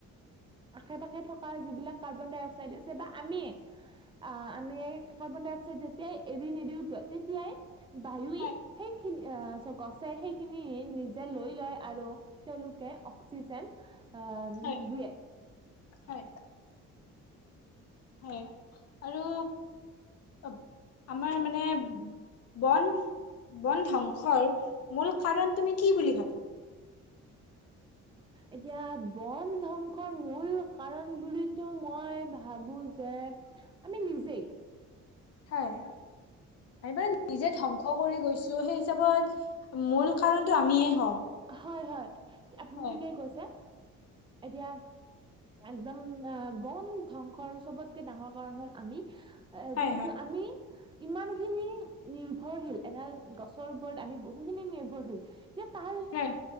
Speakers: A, on the right; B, on the left.
A: আশে পাশে থকা যিবিলাক কাৰ্বন ডাই অক্সাইড আছে, বা আমিয়ে আহ আমি কাৰ্বন ডাই অক্সাইড যেতিয়াই এৰি নিদিওঁ কিয় তেতিয়াই বায়ুয়ে
B: হয়
A: সেইখিনি গছে, সেইখিনি নিজে লৈ লয়। আৰু, তেওঁলোকে অক্সিজেন আহ
B: হয়
A: দিয়ে।
B: হয়। হয়। আৰু, অহ আমাৰ মানে বন, বন ধ্বংসৰ মূল কাৰণ তুমি কি বুলি ভাবা? <inaudible>
A: এতিয়া বন ধ্বংসৰ মূল কাৰণ বুলিটো মই ভাবো যে, আমি নিজেই,
B: হয়। আমি মানে নিজে ধ্বংস। কৰি গৈছোঁ। হেই হিচাপত মূল কাৰণটো আমিয়ে হওঁ।
A: হয়-হয় আপুনি
B: হয়
A: ঠিকে কৈছে। এতিয়া একদম বন ধ্বংসৰ চবতকে ডাঙৰ কাৰণ হ'ল আমি। এ
B: হয়
A: যিহেতু
B: হয়
A: আমি ইমানখিনি, নিৰ্ভৰশীল। এডাল গছৰ ওপৰত আমি বহুখিনি নিৰ্ভৰশীল। এতিয়া তাৰ,
B: হয়